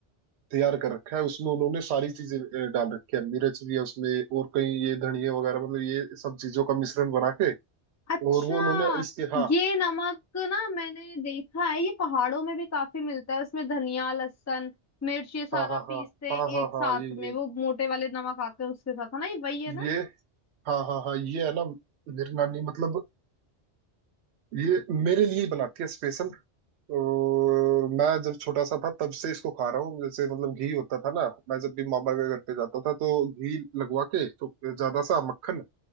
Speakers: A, on the right (about 75°); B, on the left (about 25°).
A: तैयार कर रखा है उसमें उन्होंने सारी चीजें अ, डाल रखी है मिर्च भी है उसमें और कहीं ये धनिया वगैरह मतलब ये सब चीजों का मिश्रण बना के
B: अच्छा
A: और वो उन्होंने इसके हाँ
B: ये नमक ना मैंने देखा है ये पहाड़ों में भी काफी मिलता है उसमें धनिया लहसुन मिर्च ये सारा
A: हाँ हाँ हाँ
B: पीसते हैं
A: हाँ हाँ
B: एक
A: हाँ
B: साथ
A: ये
B: में
A: ये
B: वो मोटे वाले नमक आते हैं उसके साथ है ना ये वही है ना
A: ये हाँ हाँ हाँ ये है ना मेरी नानी मतलब ये मेरे लिए ही बनाती है स्पेशल और मैं जब छोटा सा था तब से इसको खा रहा हूँ जैसे मतलब घी होता था ना मैं जब भी मामा के घर पे जाता था तो घी लगवा के तो ज्यादा सा मक्खन